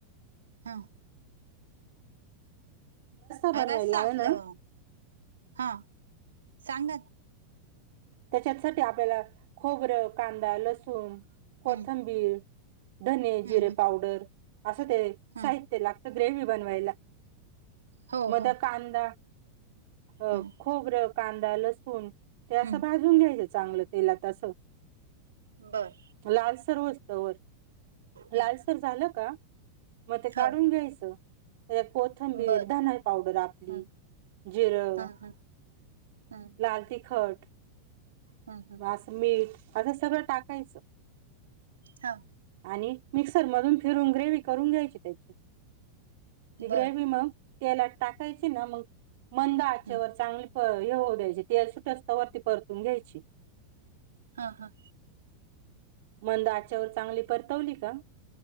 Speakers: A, on the right (about 70°); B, on the right (about 50°).
A: हा
B: बनवायला
A: रस्सा
B: आहे
A: आपलं
B: ना
A: हां सांगा ना
B: त्यांच्यासाठी आपल्याला खोबरं, कांदा, लसूण कोथिंबीर
A: हं
B: धने,
A: हं
B: जिरे
A: हं
B: पावडर असं ते
A: हा
B: साहित्य लागतं ग्रेव्ही बनवायला
A: हो
B: म
A: हो
B: ते कांदा अ
A: हं
B: खोबरं, कांदा, लसूण ते असं
A: हं
B: भाजून घ्यायचं चांगलं तेलात असं
A: बरं
B: लालसर होउस तवर
A: हं
B: लालसर झालं का मग ते
A: हो
B: काढून घ्यायचं कोथंबीर,
A: बर
B: धन पावडर आपली
A: हं
B: जिरं
A: हा हा हा
B: लाल तिखट
A: हा हा
B: असं मीठ असं सगळं टाकायचं
A: हा
B: आणि मिक्सर मधून फिरून ग्रेव्ही करून घ्यायची त्यांची ती ग्रेव्ही
A: बर
B: म तेलात टाकायची ना मग मंद आचेवर
A: हं
B: चांगली हे होऊ द्यायची तेल सुटस तवर ती परतून घ्यायची
A: हा हा
B: मंद आचेवर चांगली परतवली का